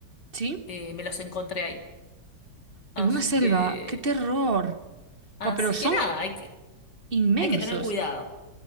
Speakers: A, on the right; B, on the left.
A: ¿Sí?
B: eh, me los encontré ahí. Así
A: En una selva.
B: que,
A: ¡Qué terror!
B: así
A: Buah, pero son
B: que nada, hay que,
A: inmensos.
B: hay que tener cuidado.